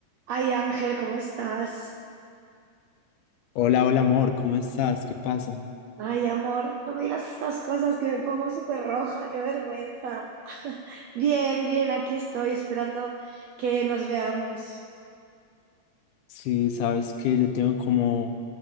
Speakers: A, on the right; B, on the left.
A: Ay, Ángel, ¿cómo estás?
B: Hola, hola amor, ¿cómo estás? ¿Qué pasa?
A: Ay, amor, no me digas estas cosas que me pongo súper roja, qué vergüenza. <laughs> Bien, bien, aquí estoy esperando que nos veamos.
B: Sí, sabes que yo tengo como